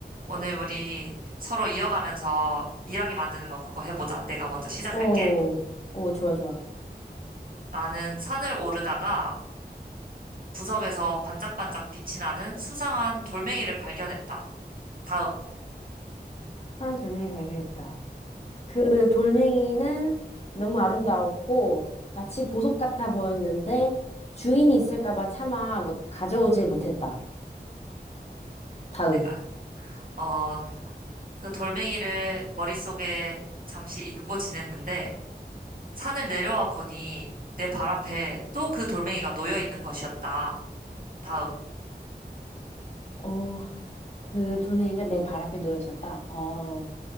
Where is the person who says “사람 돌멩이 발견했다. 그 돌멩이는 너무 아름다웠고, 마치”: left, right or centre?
Left